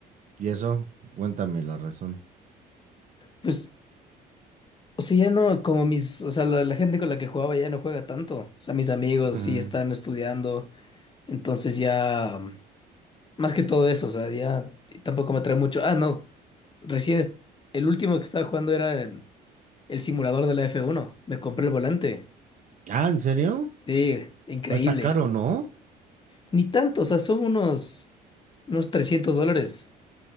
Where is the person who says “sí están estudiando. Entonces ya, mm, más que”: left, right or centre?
Left